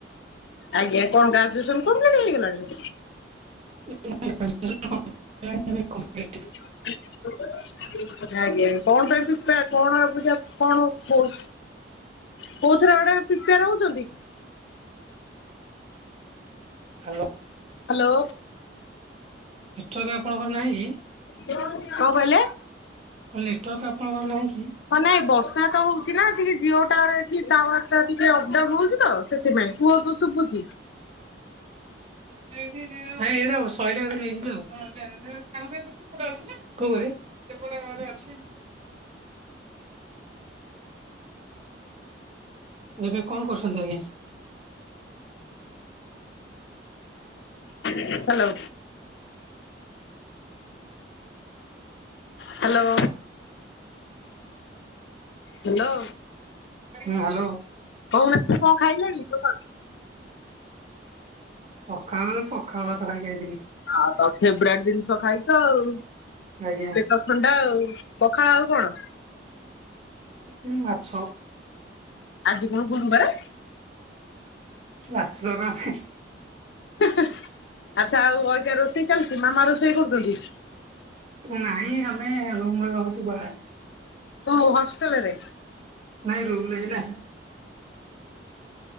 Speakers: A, on the left; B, on the right.
A: ଆଜ୍ଞା, କଣ ଗ୍ରାଜୁଏସନ୍ କଂପ୍ଲିଟ୍ ହେଇଗଲାଣି?
B: <inaudible>
A: <inaudible> ଆଜ୍ଞା, କଣ ପାଇଁ ପ୍ରିପେୟା, କଣ ଆଉ ବୁଝା, କଣ କହୁ କୋଉଥିରେ ଗୋଟେ ପ୍ରିପେୟାର ହଉଛନ୍ତି କି?
B: ହ୍ୟାଲୋ।
A: ହ୍ୟାଲୋ।
B: ନେଟୱାର୍କ ଆପଣଙ୍କର ନାହିଁ କି?
A: କଣ କହିଲେ?
B: କଣ ଲେଟୱାର୍କ ଆପଣଙ୍କର ନାହିଁ କି?
A: ହଁ ନାଇଁ ବର୍ଷା ତ ହଉଛି ନା ଟିକେ ଜିଓ ଟାୱାର ଏଠି ଟାୱାର ଟା ଟିକେ ଅପଡାଉନ ହଉଛି ତ। ସେଥିପାଇଁ। କୁହନ୍ତୁ ଶୁଭୁଛି।
B: ନାଇଁ ଏଇଟା ସଇଲେ ନେଇଯିବି ଆଉ। ସେପଟେ ଅଛି ନା। କୋଉ ଘରେ ସେପଟ ଘରେ ଅଛି। ଏବେ କଣ କରୁଛନ୍ତି ଅଜ୍ଞା।
A: ହ୍ୟାଲୋ। Hello hello.
B: ହୁଁ ହ୍ୟାଲୋ।
A: କଉନା କଣ ଖାଇଲାଣି ସକାଳୁ?
B: ସକାଳୁ ପଖାଳ ଭାତ ଖାଇକି ଆଇଥିଲି।
A: ଆଉ ତ ଫେବରେଟ୍ ଜିନିଷ ଖାଇଛ ଆଉ।
B: ଆଜ୍ଞା
A: ଥଣ୍ଡା ଆଉ ପଖାଳ ଆଉ କଣ?
B: ଉଁ ମାଛ
A: ଆଜି କଣ ଗୁରୁବାର?
B: ଆସୋଗ୍ରାଫି
A: ଆଚ୍ଛା ଆଉ ଅଲଗା ରୋଷେଇ ଚାଲିଛି ମାମା ରୋଷେଇ କରୁଛନ୍ତି
B: ନହିଁ ଆମେ ରୁମରେ ରହୁଛୁ ବାହାରେ।
A: କଉ ହଷ୍ଟେଲରେ?
B: ନାଇଁ ରୁମ ନେକିନା।